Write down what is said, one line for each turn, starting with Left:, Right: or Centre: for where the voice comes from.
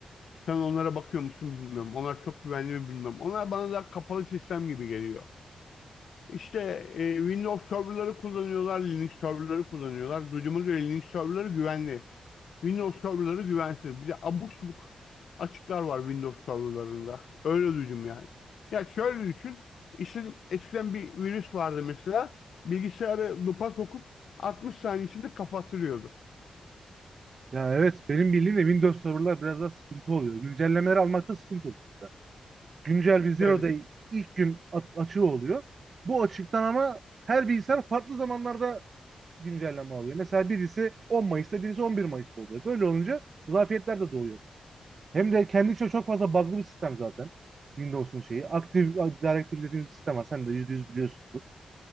Left: Sen onlara bakıyor musun bilmiyorum. Onlar çok güvenli mi bilmiyorum. Onlar bana da kapalı sistem gibi geliyor. İşte e, Windows serverları kullanıyorlar, Linux serverları kullanıyorlar. Duyduğuma göre Linux serverları güvenli. Windows serverları güvensiz. Bir de abuk subuk açıklar var Windows serverlarında. Öyle duydum yani. Ya şöyle düşün. İşte eskiden bir virüs vardı mesela. Bilgisayarı lupa sokup 60 saniye içinde kapattırıyordu.
Right: Ya evet, benim bildiğim de Windows serverlar biraz daha sıkıntı oluyor. Güncellemeleri almakta sıkıntı oluyor. Güncel bir zero
Left: Evet,
Right: day ilk gün at- açığı oluyor. Bu açıktan ama her bilgisayar farklı zamanlarda güncelleme alıyor. Mesela birisi 10 Mayıs'ta, birisi 11 Mayıs'ta oluyor. Böyle olunca zafiyetler de doğuyor. Hem de kendi içinde çok fazla bug'lı bir sistem zaten. Windows'un şeyi. Active Directory dediğimiz sistem var. Sen de yüzde yüz biliyorsundur.